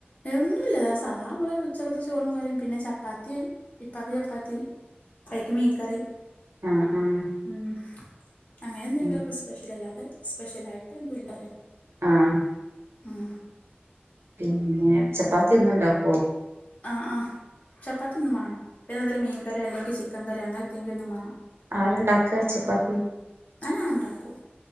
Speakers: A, on the left; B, on the right.
A: ഒന്നുമല്ലാ സാദാ നമ്മള് ഉച്ചകത്തെ ചോറും കറിയും പിന്നെ ചപ്പാത്തി ഇപ്പാക്കക്ക് ചപ്പാത്തി കൈക്ക് മീൻകറി
B: ആഹ് ആഹ്
A: ഉം.. അങ്ങനെ എന്തെങ്കിലൊക്കെ
B: ഉം
A: സ്പെഷ്യൽ അല്ലാതെ സ്പെഷ്യൽ ആയിട്ട് എന്തും ഇല്ലാറ
B: ആഹ്!
A: ഉം...
B: പിന്നെ ചപ്പാത്തി ഒന്നും ഉണ്ടാക്കോ?
A: ആഹ്! ആഹ്! ചപ്പാത്തി എന്നും വേണം പിന്നെ അതുപോലെ മീൻ കറി അല്ലെങ്കിൽ ചിക്കൻ കറി അങ്ങനത്തെങ്കിലും ഒന്നും വേണം
B: ആരുണ്ടാക്കുക ചപ്പാത്തി?
A: അത് ഞാൻ ഉണ്ടാക്കും